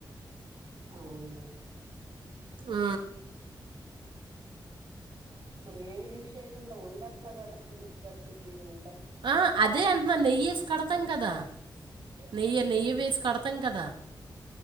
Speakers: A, on the right; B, on the right.
A: అవునులే
B: ఆ
A: మరే విీషయండ ఉండట్లా క కట్టది ఉ
B: ఆ అదే అంటున్నా నెయ్యి వేసి కడతాం
A: కాబట్టి
B: కదా నెయ్యి నెయ్యి వేసి కడతాం కదా